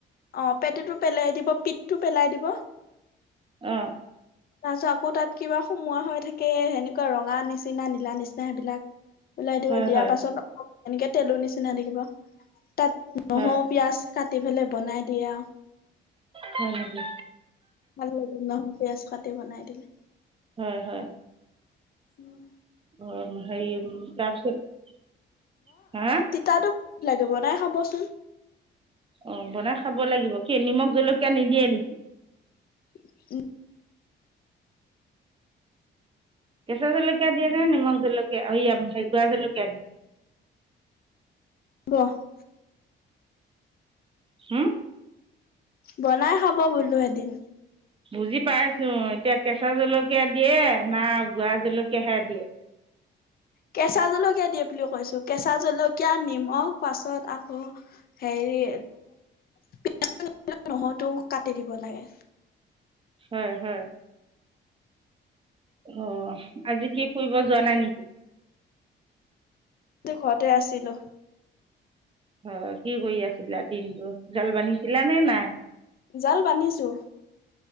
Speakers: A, on the left; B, on the right.
A: অ' পেটুটো পেলাই দিব, পিতটো পেলাই দিব।
B: অ',
A: তাৰপিছত আকৌ তাত কিবা সোমোৱা হৈ থাকে সেনেকোৱা ৰঙা নিচিনা, নীলা নিচিনা সেইবিলাক উলাই দিব
B: হয়
A: দিয়া
B: হয়
A: পাছত আকৌ এনেকে তেলো নিচিনা দেখিব তাত নহও,
B: হয়
A: পিয়াঁজ কাটি ফেলে বনাই দিয়ে আও
B: হয় নেকি?
A: ভাল লাগে নহ পিয়াজ কাটি বনাই দিলে।
B: হয়, হয়।
A: উম,
B: গৰম হেৰি উম, তাৰপিছত হা?
A: তাতো <unintelligible> বনাই খাবচোন।
B: অ'বনাই খাব লাগিব কি নিমখ, জলকীয়া নিদিয়ে নেকি?
A: <inaudible>
B: কেঁচা জলকীয়া দিয়ে নে নিমখ জলকীয়া <unintelligible> জলকীয়া
A: ৱ। <unintelligible>
B: হুম,
A: বনাই খাব বোলো এদিন।
B: বুজি পাইছো এতিয়া কেঁচা জলকীয়া দিয়ে না গুৰা জলকীয়াহে দিয়ে।
A: কেঁচা জলকীয়া দিয়ে বুলি কৈছো কেঁচা জলকীয়া নিমখ পাছত আকৌ হেৰি <unintelligible> নহৰুটো কাটি দিব লাগে।
B: হয়, হয়। অ' আজি কি ফুৰিব যোৱা নাই নেকি?
A: তে ঘৰতে আছিলো।
B: অ' কি কৰি আছিলা দিনটো জাল বান্ধিছিলা নে নাই?
A: জাল বান্ধিছো।